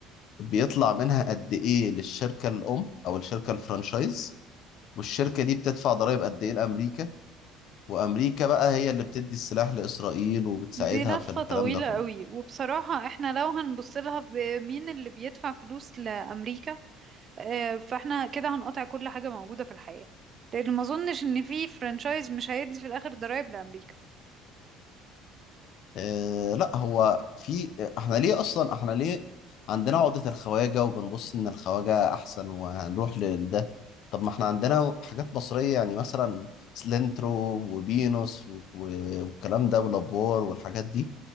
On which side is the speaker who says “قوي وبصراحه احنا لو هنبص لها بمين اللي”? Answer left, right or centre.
Right